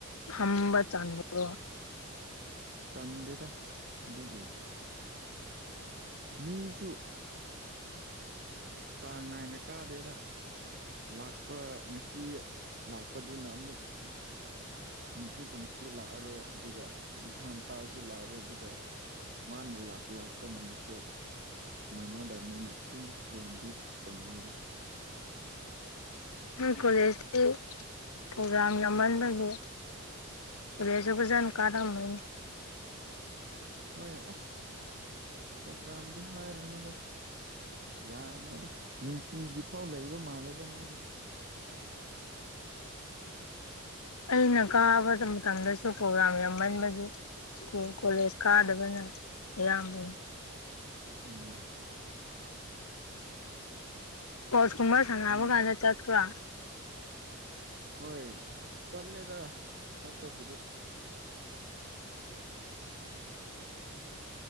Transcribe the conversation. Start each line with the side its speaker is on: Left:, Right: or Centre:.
Left: ꯐꯝꯕ ꯆꯟꯕ꯭ꯔꯣ
Right: ꯆꯟꯗꯦꯗꯥ ꯑꯗꯨꯒꯤ ꯃꯤꯁꯨ ꯆꯥꯡ ꯅꯥꯏꯅ ꯀꯥꯗꯦꯗꯥ ꯂꯥꯛꯄ ꯉꯁꯤ ꯂꯥꯛꯄꯗꯨꯅ ꯑꯃꯨꯛ ꯍꯪꯆꯤꯠꯀꯨꯝꯕꯖꯨ ꯂꯥꯛꯑꯔꯣꯏ ꯑꯗꯨꯒ ꯃꯊꯪ ꯍꯞꯇꯥꯗꯁꯨ ꯂꯥꯛꯑꯔꯣꯏ ꯑꯗꯨꯒ ꯃꯥꯅ ꯂꯥꯛ ꯂꯥꯛꯄ ꯅꯨꯃꯤꯠꯇꯣ ꯃꯥꯟꯅꯗꯝꯅꯤꯅ ꯑꯗꯨꯝ ꯔꯨꯝꯗꯤ ꯀꯣꯟꯅꯩꯌꯦꯗ
Left: ꯅꯣꯏ ꯀꯣꯂꯦꯖꯇꯤ ꯄ꯭ꯔꯣꯒ꯭ꯔꯥꯝ ꯌꯥꯝꯃꯟꯕꯒꯤ ꯔꯦꯖꯨꯒꯦꯖꯟ ꯀꯥꯔꯝꯃꯣꯏꯅꯦ
Right: ꯍꯣꯏ ꯑꯁ ꯄ꯭ꯔꯣꯒ꯭ꯔꯥꯝꯗꯤ ꯍꯥꯏꯔꯨꯅꯨꯗ ꯌꯥꯝꯃꯦꯗ ꯅꯨꯡꯇꯤꯒꯤ ꯐꯥꯎ ꯂꯩꯕ ꯃꯥꯜꯂꯦꯗ ꯃꯣꯏꯗꯤ
Left: ꯑꯩꯅ ꯀꯥꯕꯗ ꯃꯇꯝꯗꯁꯨ ꯄ꯭ꯔꯣꯒ꯭ꯔꯥꯝ ꯌꯥꯝꯃꯟꯕꯒꯤ ꯁ꯭ꯀꯨꯜ ꯀꯣꯂꯦꯖ ꯀꯥꯗꯕꯅ ꯑꯌꯥꯝꯕꯅꯤ
Right: ꯑꯣ
Left: ꯁ꯭ꯄꯣꯔꯠꯁ ꯀꯨꯝꯕ ꯁꯥꯟꯅꯕ
Right: ꯃꯣꯏ
Left: ꯀꯥꯟꯗ ꯆꯠꯄ꯭ꯔꯥ
Right: ꯍꯣꯏ ꯆꯠꯂꯦꯗꯥ ꯆꯠꯄꯕꯨꯗꯤ